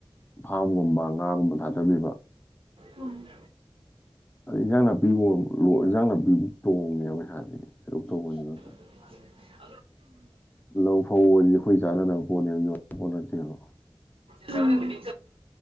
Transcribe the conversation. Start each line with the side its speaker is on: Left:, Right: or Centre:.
Left: ꯐꯥꯝꯒꯨꯝꯕ ꯉꯥꯒꯨꯝꯕ ꯊꯥꯗꯕꯤꯕ꯫
Right: ꯎꯝ꯫
Left: ꯑꯗ ꯏꯟꯖꯥꯡ ꯅꯥꯄꯤ <unintelligible> ꯏꯟꯖꯥꯡ ꯅꯥꯄꯤꯖꯤ ꯇꯣꯡꯉꯦꯕ ꯄꯩꯁꯥꯗꯤ ꯀꯩꯗꯧ ꯇꯣꯡꯉꯣꯢꯗ꯭ꯔꯤꯅꯣ
Right: <unintelligible>
Left: ꯂꯧ ꯐꯧ ꯑꯣꯏꯅꯗꯤ ꯑꯩꯈꯣꯏ ꯆꯥꯅꯅꯕ ꯄꯣꯠꯅꯦꯕ ꯌꯣꯟꯅꯕ ꯄꯣꯠ ꯅꯠꯇꯦꯕ꯫
Right: ꯎꯝ꯫